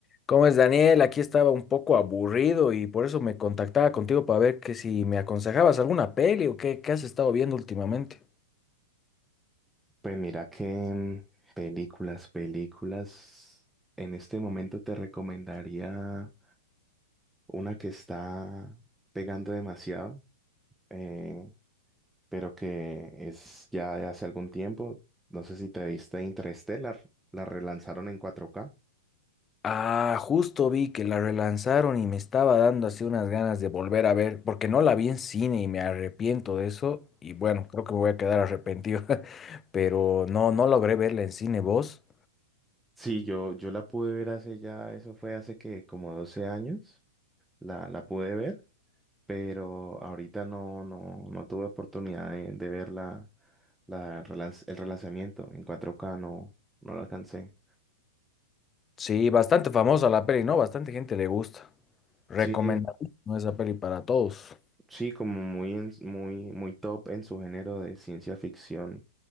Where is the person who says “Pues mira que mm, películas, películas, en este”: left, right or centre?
Centre